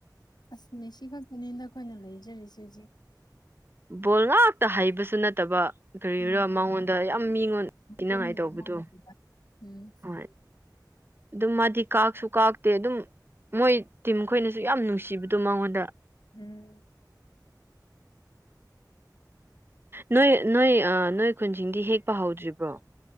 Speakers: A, on the left; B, on the right.
A: ꯑꯁ ꯃꯦꯁꯤ ꯈꯛꯇꯅꯤ ꯅꯈꯣꯏꯅ ꯂꯩꯖꯔꯤꯁꯦ ꯖꯤꯛ
B: ꯕꯣꯜ ꯉꯥꯛꯇ ꯍꯩꯕꯁꯨ ꯅꯠꯇꯕ ꯀꯔꯤꯔꯥ
A: ꯎꯝ
B: ꯃꯉꯣꯟꯗ ꯌꯥꯝ ꯃꯤꯉꯣꯟ
A: ꯃꯒꯨꯟ
B: ꯊꯤꯅꯉꯥꯏ ꯇꯧꯕꯗꯣ
A: ꯑꯃ ꯂꯩꯕ ꯎꯝ
B: ꯍꯣꯏ ꯗꯨꯝ ꯃꯥꯗꯤ ꯀꯥꯛꯁꯨ ꯀꯥꯛꯇꯦ ꯑꯗꯨꯝ ꯃꯣꯏ ꯇꯤꯝ ꯈꯣꯏꯅꯁꯨ ꯌꯥꯝ ꯅꯨꯡꯁꯤꯕꯗꯣ ꯃꯉꯣꯟꯗ
A: ꯎꯝ
B: ꯅꯣꯏ ꯅꯣꯏ ꯅꯣꯏ ꯈꯨꯟꯁꯤꯡꯗꯤ ꯍꯦꯛꯄ ꯍꯧꯗ꯭ꯔꯤꯕ꯭ꯔꯣ